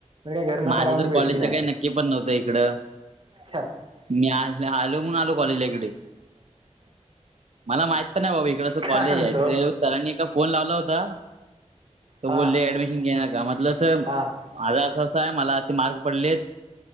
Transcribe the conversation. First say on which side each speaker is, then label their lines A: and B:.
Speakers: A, on the right; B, on the right.
A: घरना
B: माझं
A: परवानीे
B: तर
A: भेटली
B: कॉलेजचं
A: नाही.
B: काही नक्की पण नव्हत इकड,
A: अच्छा,
B: मी आज आलो. म्हणून आलो कॉलेजला इकडे मला माहित नाही बाबा इकड अस कॉलेज
A: काय म्हणतो
B: आहे, ते सरांनी एकदा फोन लावला होता. तर
A: हा
B: बोले ऍडमिशन घेणार का? म्हटलं सर माझ
A: हा
B: असं.. असं.. आहे मला असे मार्क पडलेत.